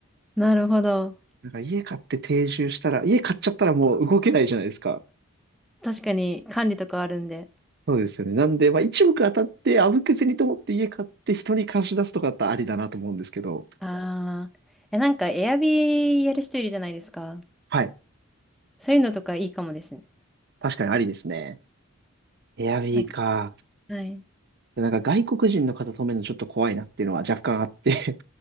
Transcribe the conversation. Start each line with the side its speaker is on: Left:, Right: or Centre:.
Centre: なるほど。
Right: なんか家買って定住したら、家買っちゃったらもう動けないじゃないですか。
Centre: 確かに、管理とかあるんで。
Right: そうですよね。なんで、まあ一目当たってあぶけずにと思って家買って人に貸し出すとかだったらありだなと思うんですけど、
Centre: ああ。え、なんか、エアビーやる人いるじゃないですか。
Right: はい。
Centre: そういうのとかいいかもですね。
Right: 確かにありですね。エアビーか。
Centre: なんか、はい。
Right: なんか外国人の方止めるのちょっと怖いなっていうのは若干あって